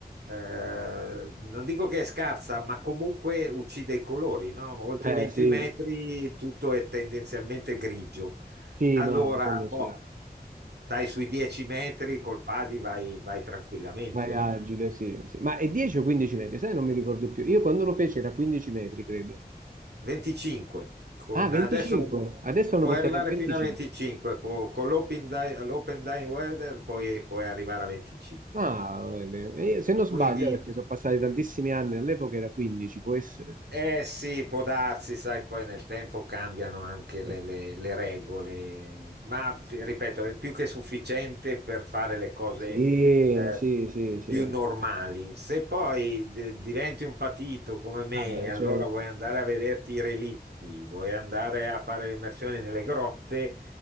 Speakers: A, on the right (about 80°); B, on the right (about 55°).
A: eh, non dico che è scarsa, ma comunque uccide i colori, no? Oltre
B: Eh,
A: i 20
B: sì.
A: metri tutto è tendenzialmente grigio.
B: Sì,
A: Allora,
B: no, no, quello
A: boh,
B: sì.
A: stai sui 10 metri col padi vai, vai tranquillamente.
B: Vai agile, sì, sì. Ma è 10 o 15 metri? Sai, non mi ricordo più. Io quando lo feci era 15 metri, credo.
A: 25, con,
B: Ah, 25.
A: adesso
B: Adesso hanno
A: puoi
B: portato
A: arrivare
B: a 25.
A: fino a 25, co- con, l'open di- l'open dying weather puoi, puoi arrivare a 25.
B: Ah, vedi. E io, se non sbaglio,
A: Quindi
B: eh, perché sono passati tantissimi anni, all'epoca era 15, può essere.
A: Eh sì, può darsi, sai, poi nel tempo cambiano anche le,
B: Eh.
A: le- le regole, ma ti ripeto, è più che sufficiente per fare le cose
B: Sì,
A: eh,
B: sì, sì, sì.
A: più normali. Se poi de- diventi un patito come me,
B: Vabbè,
A: allora
B: certo.
A: vuoi andare a vederti i relitti, vuoi andare a fare le immersioni nelle grotte,